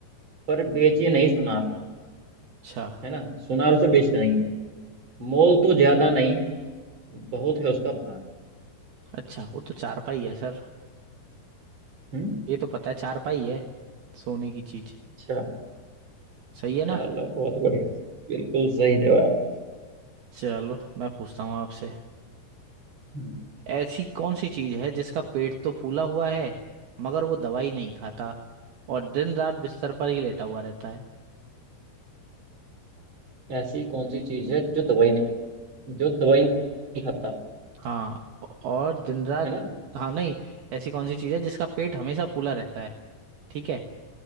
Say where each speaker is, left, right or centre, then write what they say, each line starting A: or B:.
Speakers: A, on the right; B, on the right.
A: पर
B: हम्म।
A: बेचे नहीं सुनार
B: अच्छा
A: है ना सुनार उसे बेचता नहीं है मोल तो ज्यादा नहीं बहुत है उसका भार
B: अच्छा वो तो चारपाई है सर
A: हम्म
B: ये तो पता है चारपाई है सोने की चीज
A: अच्छा
B: सही है
A: चलो
B: ना
A: बहुत बढ़िया बिल्कुल सही जवाब
B: चलो मैं पूछता हूँ आपसे
A: हम्म,
B: ऐसी कौन सी चीज है जिसका पेट तो फूला हुआ है मगर वो दवाई नहीं खाता और दिन रात बिस्तर पर ही लेटा हुआ रहता है
A: ऐसी कौन सी चीज है जो दवाई नहीं जो दवाई नहीं खाता
B: हाँ और दिन रात
A: है ना
B: हाँ नहीं ऐसी कौन सी चीज है जिसका पेट हमेशा फूला रहता है ठीक है